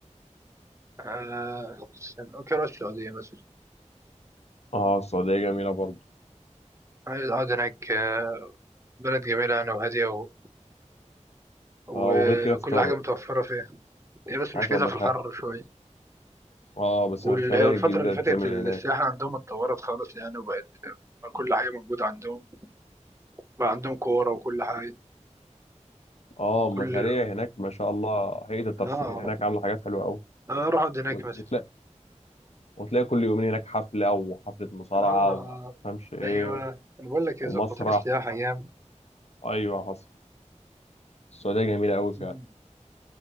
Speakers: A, on the right (about 25°); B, on the left (about 60°).
A: آه استنى، ممكن أروح السعودية مثلا
B: أه السعودية جميلة برضه
A: عايز أقعد هناك آه، بلد جميلة أنا وهادية و... وكل
B: أه وغير كده في طبعا
A: حاجة متوفرة فيها هي بس
B: حصل
A: مشكلتها
B: مشاريع
A: في الحر شوية
B: أه بس
A: وال-
B: المشاريع
A: والفترة
B: الجديدة
A: اللي
B: اللي
A: فاتت
B: بتتعمل
A: السياحة
B: هناك
A: عندهم اتطورت خالص يعني وبقت كل حاجة موجودة عندهم بقى عندهم كورة وكل حاجة
B: أه المشاريع
A: كل
B: هناك ما شاء الله هيئة الترفيه
A: اه
B: هناك عاملة حاجات حلوة أوي
A: اه اروح اقعد هناك
B: وت-
A: مثلا
B: وتلاقي وتلاقي كل يومين هناك حفلة وحفلة مصارعة
A: اه آه.
B: وما أفهمش إيه
A: ايوه انا بقول لك
B: ومسرح
A: إيه، ظبطين السياحة جام
B: أيوة حصل السعودية جميلة أوي فعلا
A: مم.